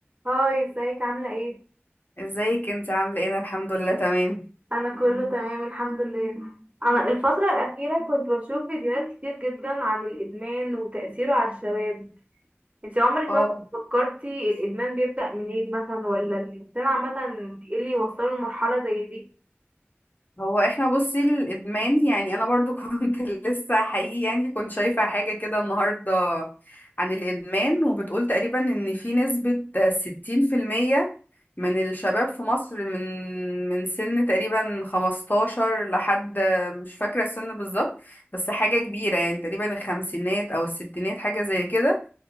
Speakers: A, on the right; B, on the left.
A: هاي ازيك عاملة ايه؟
B: ازيك انت عامله ايه انا الحمد لله تمام
A: انا كله تمام الحمد لله انا الفترة الاخيرة كنت بشوف فيديوهات كتير جدا عن الادمان وتأثيره على الشباب انت عمرك
B: اه
A: ما فكرتي الادمان بيبدأ منين مثلا ولا الانسان عامة ايه اللي يوصله لمرحلة زي دي؟
B: هو احنا بصي الادمان يعني انا برضو <laughs> كنت لسه حقيقي يعني كنت شايفه حاجه كده النهارده عن الادمان وبتقول تقريبا ان في نسبه 60% من الشباب في مصر من من سن تقريبا 15 لحد مش فاكره السن بالظبط بس حاجه كبيره يعني تقريبا الخمسينات او الستينات حاجه زي كده